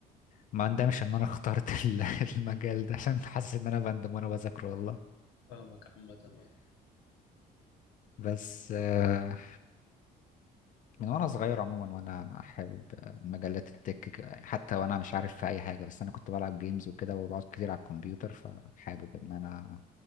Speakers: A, on the left; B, on the left.
A: ما أندمش إن أنا اخترت ال- <laughs> المجال ده عشان حاسس إن أنا بندم وأنا بذاكره والله
B: فاهمك عامة آه.
A: بس آه، من وانا صغير عموما وانا حابب آه، مجلات التك ك- حتى وانا مش عارف في اي حاجه بس انا كنت بلعب جيمز وكده وبقعد كتير على الكمبيوتر فحابب ان انا